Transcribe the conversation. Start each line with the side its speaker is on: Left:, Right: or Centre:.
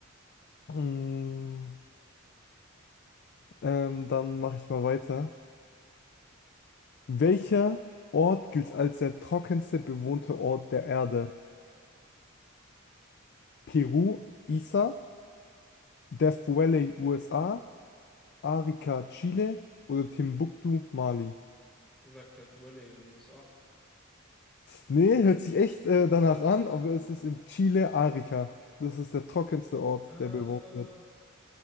Left: Mm, ähm, dann mache ich mal weiter. Welcher Ort gilt als der trockenste bewohnte Ort der Erde? Peru, Isa, Death Valley, USA, Arica, Chile oder Timbuktu, Mali?
Centre: gesagt, das Valley in den USA.
Left: Nee, hört sich echt äh, danach an, aber es ist in Chile, Arica. Das ist der trockenste Ort,
Centre: Was?
Left: der bewohnt wird.